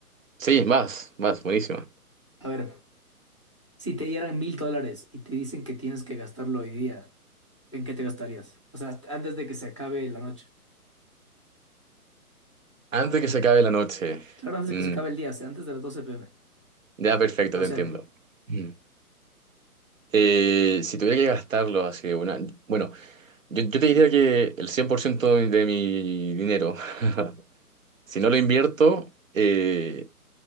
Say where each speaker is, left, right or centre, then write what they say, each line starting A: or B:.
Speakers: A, on the right (about 60°); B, on the left (about 20°).
A: Sí, es más, más, buenísimo.
B: A ver, si te dieran mil dólares y te dicen que tienes que gastarlo hoy día, ¿en qué te gastarías? O sea, hasta- antes de que se acabe la noche.
A: Antes que se acabe la noche.
B: Claro, antes
A: Mm,
B: de que se acabe el día, o sea, antes de las 12 p.m.
A: ya, perfecto,
B: 12
A: te entiendo.
B: a.m.
A: Mm. Eh, si tuviera que gastarlo así de una... Bueno, yo, yo te diría que el 100% de mi dinero, <laughs> si no lo invierto, eh,